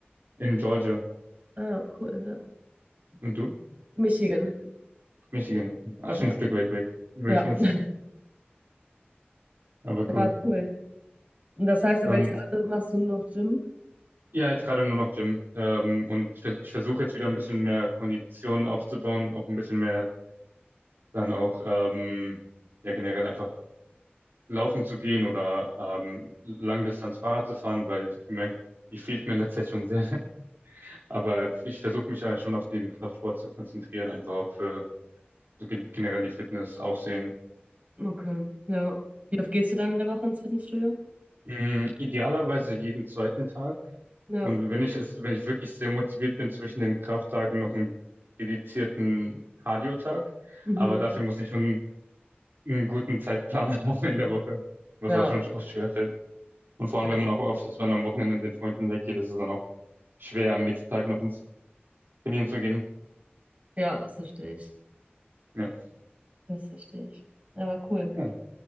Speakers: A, on the right; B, on the right.
A: in Georgia.
B: Ah, cool, ja.
A: Und du?
B: Michigan.
A: Michigan. okay. Ah,
B: Ja.
A: schon ein Stück weit weg, würde
B: Ja.
A: ich mal sagen.
B: <laughs>
A: Aber
B: Ja,
A: cool.
B: cool. Und das heißt aber
A: Dann,
B: jetzt gerade machst du noch Gym?
A: ja, jetzt gerade nur noch Gym. Ähm, und ich, vers- ich versuche jetzt wieder ein bisschen mehr Kondition aufzubauen, auch ein bisschen mehr dann auch, ähm, ja, generell einfach laufen zu gehen oder ähm, Langdistanz Fahrrad zu fahren, weil ich habe gemerkt, die fehlt mir in letzter Zeit schon sehr. <laughs> Aber ich versuche mich ja schon auf den Kraftsport zu konzentrieren, einfach auch für so gen- generell die Fitness, Aussehen.
B: Okay. Ja. Wie oft gehst du dann in der Woche ins Fitnessstudio?
A: Mm, Idealerweise jeden zweiten Tag.
B: Ja.
A: Und wenn ich es, wenn ich wirklich sehr motiviert bin, zwischen den Krafttagen noch einen dedizierten Cardio-Tag.
B: Mhm.
A: Aber dafür muss ich schon einen guten Zeitplan <laughs> haben in der Woche, was
B: Ja.
A: auch schon oft schwerfällt. Und vor allem,
B: Ja,
A: wenn man auch oft ist, wenn man am Wochenende mit den Freunden weggeht, ist es dann auch schwer, am nächsten Tag noch ins Trainieren zu gehen.
B: ja, das verstehe ich.
A: Ja.
B: Das verstehe ich. Ja, aber cool.
A: Ja.